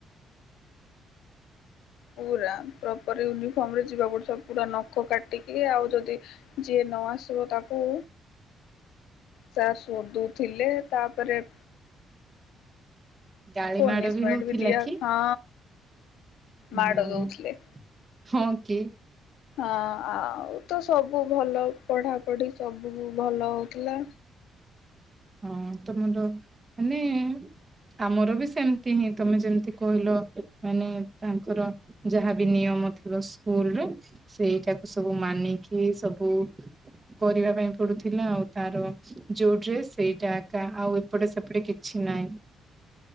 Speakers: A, on the left; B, on the right.
A: ପୁରା ପ୍ରପର ୟୁନିଫର୍ମରେ ଯିବା ପଡୁଥ ପୁରା ନଖ କାଟିକି ଆଉ ଯଦି ଯିଏ ନ ଆସୁ ତାକୁ
B: ଆଃ
A: ତା ସଧୁଥିଲେ ତାପରେ
B: ଗାଳି
A: ପନିଷମେଣ୍ଟ
B: ମାଡ ହଉଥିଲା
A: ବି ଦିଆ
B: କି?
A: ହଁ।
B: ହଁ
A: ମାଡ଼ ଦଉଥିଲେ।
B: ହଁ କି।
A: ହଁ ଆଉ ତ ସବୁ ଭଲ ପଢାପଢି ସବୁ ଭଲ ହଉଥିଲା।
B: ହଁ ତମର ମାନେ ଆମର ବି ସେମିତି ହିଁ ତମେ ଯେମିତି କହିଲ ମାନେ ତାଙ୍କର ଯାହାବି ନିୟମ <unintelligible> ସ୍କୁଲର ସେଇଟାକୁ ସବୁ ମାନିକି ସବୁ ସବୁ କରିବା ପାଇଁ ପଡୁଥିଲା ଆଉ ତାର ଯୋଉ ଡ୍ରେସ୍ ସେଇଟା ଏକା ଆଉ ଏପଟେ ସେପଟେ କିଛି ନାହିଁ।